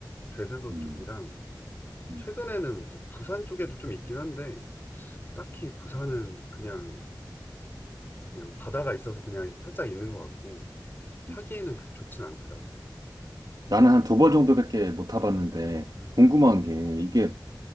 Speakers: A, on the left; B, on the right.
A: 제주도
B: 음,
A: 쪽이랑
B: 음,
A: 최근에는 이제 부산 쪽에도 좀 있긴 한데 딱히 부산은 그냥 그냥 바다가 있어서 그냥 살짝 있는 것 같고 타기에는
B: 음.
A: 그렇게 좋진 않더라고.
B: 나는 한 두 번 정도밖에 못 타봤는데,
A: 음,
B: 궁금한
A: 음,
B: 게, 이게
A: 음.